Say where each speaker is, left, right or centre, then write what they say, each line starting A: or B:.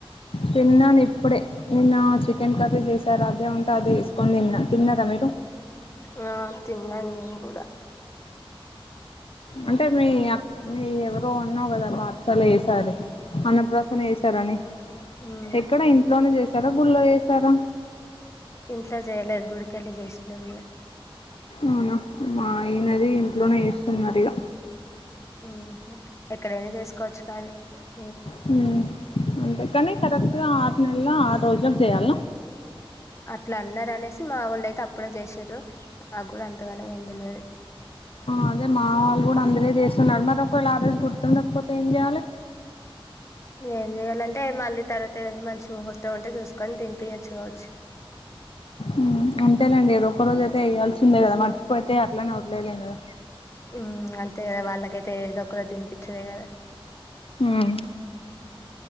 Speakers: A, on the left; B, on the left.
A: తిన్నాను ఇప్పుడే, నిన్న చికెన్ కర్రీ చేశారు, అదే ఉంటే అదే వేసుకొని తిన్న తిన్నరా మీరు
B: ఆ తిన్నాను నేను గూడ
A: అంటే మీ అక్ మీ ఎవరో ఉన్నావు కదా బారసాల చేశారు అని అన్నప్రాసన చేసారని
B: ఉమ్
A: ఎక్కడ ఇంట్లోనే చేసారా గుళ్ళ చేసారా
B: ఇంట్లో చేయలేదు, గుడికెళ్ళి చేసినం మేం
A: అవునా, మా ఈనది ఇంట్లోనే చేస్తున్నారు ఇగ
B: ఉహు ఎక్కడైనా చేసుకోవచ్చు దాని ముంది
A: హుమ్మ్ అంతే కాని కరెక్ట్గా ఆరు నెల ఆరు రోజులకు చేయాల
B: అట్లా అన్నారు అనేసి మా వాళ్ళు అయితే అప్పుడే చేసిండ్రు, నాకు కూడా అంతగానం ఏం తెల్వది <unintelligible>
A: అదే మా వాళ్ళు కూడా అందరే చేస్తున్నారు. మరి ఒకవేళ ఆ రోజు గుర్తుండకపోతే ఏం చేయాలె?
B: ఏం చెయ్యాలంటే మళ్ళీ తర్వాత ఏదైనా మంచి ముహూర్తం ఉంటే చూసుకొని తినిపోయొచ్చు కావచ్చు <unintelligible>
A: ఉమ్ అంతేలేండి ఏదో ఒక రోజ అయితే ఏయ్యాల్సిందే కదా, మర్చిపోయితే అట్లనే వదిలేయాలెం కదా
B: ఉమ్మ్ అంతే కదా వాళ్ళకైతే ఏదో ఒకరు తినిపించుడే కదా
A: ఉమ్మ్